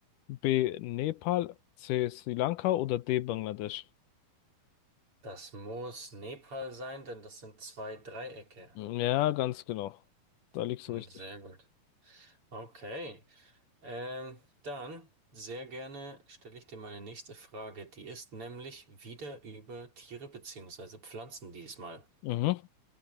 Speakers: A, on the left; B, on the right.
A: B. Nepal, C. Sri Lanka oder D. Bangladesch?
B: Das muss Nepal sein, denn das sind zwei Dreiecke.
A: Hm, Ja, ganz genau. Da liegst
B: Hm,
A: du richtig.
B: sehr gut. Okay. Ähm, dann sehr gerne stelle ich dir meine nächste Frage. Die ist nämlich wieder über Tiere beziehungsweise Pflanzen diesmal.
A: Mhm.